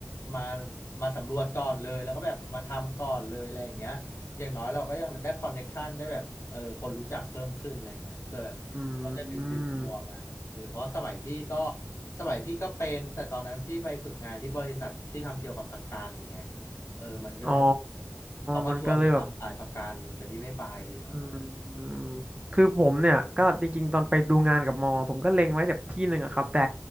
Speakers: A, on the left; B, on the right.
A: มามาสำรวจก่อนเลยแล้วก็แบบมาทำก่อนเลยอะไรอย่างเงี้ย อย่างน้อยเราก็ยังได้คอนเน็กชันได้แบบเออคนรู้จักเพิ่มขึ้นอะไรเงี้ยเพื่อแบบเขาจะดึงดึงตัวมาเออเพราะสมัยพี่ก็
B: อืม
A: สมัยพี่ก็เป็นแต่ตอนนั้นพี่ไปฝึกงานที่บริษัทที่ทำเกี่ยวกับประกันไงเออมันก็เลย
B: อ๋อ
A: เขาก็ชวนไปทำสายประกันแต่พี่ไม่ไปตอนนั้นน่ะ
B: มันก็เลยแบบอืมอืม
A: เออ
B: คือผมเนี่ยก็จริงๆตอนไปดูงานกับมอผมก็เล็งไว้แบบที่หนึ่งอะครับแต่